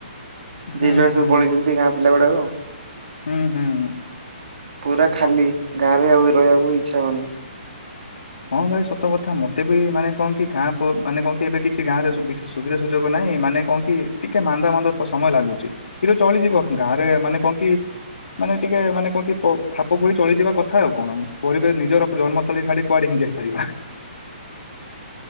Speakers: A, on the left; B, on the right.
A: ହୁଁ
B: ଯିଏ ଜୁଆଡେ
A: ହୁଁ
B: ସବୁ ପଳେଇଚନ୍ତି ଗାଁ ପିଲା ଗୁଡାକ।
A: ହୁଁ ହୁଁ।
B: ପୁରା ଖାଲି ଗାଁ ରେ ଆଉ ରହିବାକୁ ଇଚ୍ଛା ହଉନି।
A: ହଁ ଭାଇ ସତ କଥା ମତେ ବି ମାନେ କଣକି ଗାଁ ପ ମାନେ କଣକି ଏବେ କିଛି ଗାଁରେ ସୁ ବିଷେସ ସୁବିଧା ସୁଯୋଗ ନାହିଁ ମାନେ କଣ କି ଟିକେ ମାନ୍ଦା ମାନ୍ଦା ସମୟ ଲାଗୁଚି। କିନ୍ତୁ ଚଳିଯିବ ଗାଁରେ ମାନେ କଅଁ କି ମାନେ ଟିକେ ମାନେ କଣ କି ପ ଖାପ ଖୁଆଇ ଚଳିଯିବା କଥା ଆଉ କଣ ପରେ ବେ ନିଜର ଜନ୍ମସ୍ଥଳୀ ଛାଡିକି କୁଆଡେ ହିଁ ଯାଇପାରିବା।